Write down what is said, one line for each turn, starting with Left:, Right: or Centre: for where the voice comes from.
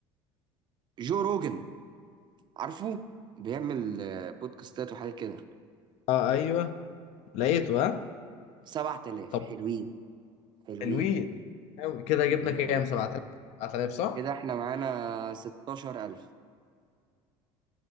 Right: جو روجن عارفه بيعمل آه، بودكاستات وحاجات كده
Left: اه ايوه لقيته ها
Right: 7000
Left: طب
Right: حلوين حلوين
Left: حلوين قوي كده جبنا
Right: حلوين
Left: كام
Right: قوي
Left: 7000 7000 صح
Right: كده احنا معانا 16000